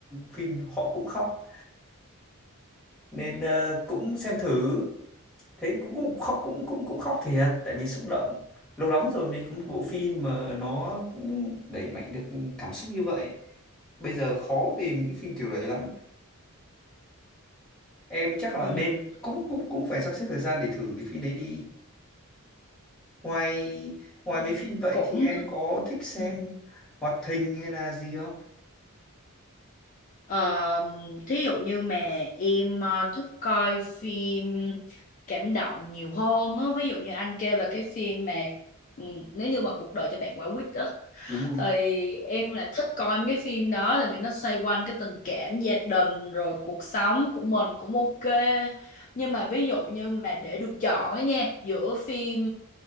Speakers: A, in the centre; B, on the left (about 35°).
A: phim họ cũng khóc nên ờ, cũng xem thử thế cũng cũng khóc cũng cũng cũng khóc thiệt tại vì xúc động lâu lắm rồi mới có một bộ phim mà nó cũng đẩy mạnh được cảm xúc như vậy bây giờ khó tìm những phim kiểu đấy lắm em chắc là
B: Ừ,
A: nên cũng cũng cũng phải sắp xếp thời gian để thử cái phim đấy đi ngoài ngoài
B: em
A: mấy phim vậy
B: cũng
A: thì em
B: thích.
A: có thích xem
B: Ừ.
A: hoạt hình hay là gì không
B: Ờ, thí dụ như mà em ờ, thích coi phim cảm động nhiều hơn á. Ví dụ như anh kêu là cái phim mà ừ, nếu như mà cuộc đời cho bạn quả quýt đó.
A: đúng không
B: thì em lại thích coi mấy cái phim đó tại vì nó xoay quanh cái tình cảm gia đình rồi cuộc sống của mình cũng ok nhưng mà ví dụ như mà để được chọn ấy nha giữa phim